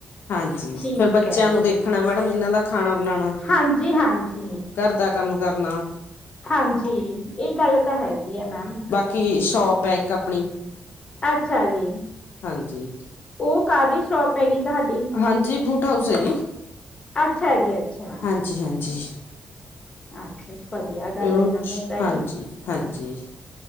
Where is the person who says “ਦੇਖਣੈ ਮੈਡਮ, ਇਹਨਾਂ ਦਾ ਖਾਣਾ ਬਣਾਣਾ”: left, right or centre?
Left